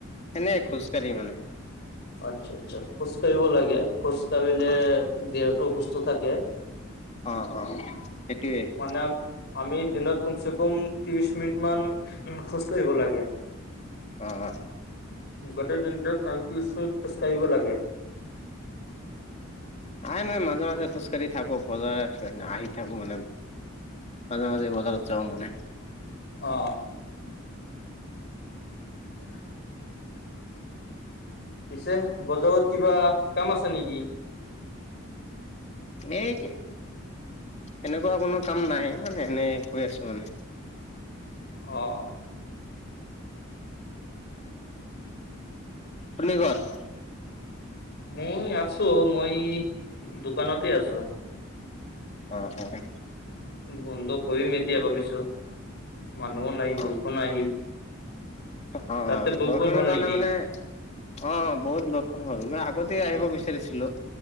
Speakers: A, on the left; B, on the left.
A: এনেই খোজকাঢ়ি মানে।
B: আচ্ছা আচ্ছা খোজ কঢ়িব লাগে খোজ কাঢ়িলে
A: অ
B: দেহটো সুস্থ থাকে।
A: অ', অ', সেইটোৱে সেইটোৱে।
B: মানে আমি দিনত কমছে কম ত্ৰিশ মিনিট মান খোজকাাঢ়িব লাগে।
A: অ'।
B: গোটেই দিনটোক আমি ত্ৰিশ মিনিট খোজকাঢ়িব লাগে।
A: অই, মই মাজে মাজে খোজ কঢ়ি থাকোঁ বজাৰ আহি থাকো মানে। আদে মাজে বজাৰছে অঙণে
B: অ য পিছে বজাৰত কিবা কাম আছে নেকি
A: এই এনেকুৱা কোনো কাম নাই মানে এনে কৰি আছো মানে
B: অ
A: পুৰ্ণগত
B: মই আছো মই দোকানতে আছো
A: অ অ অ
B: বন্ধ কৰিম এতিয়া ভাবিছো মানুহো নাই
A: অ অ
B: বহুখন আহিল
A: অ
B: তাতে বৰষুণ
A: দৰ্শমান
B: হ'ল
A: কাৰণে
B: নেকি?
A: মানে অ বহুত বৰ্ষণ হ'ল মানে আগতে আহিব বিচাৰিছিলো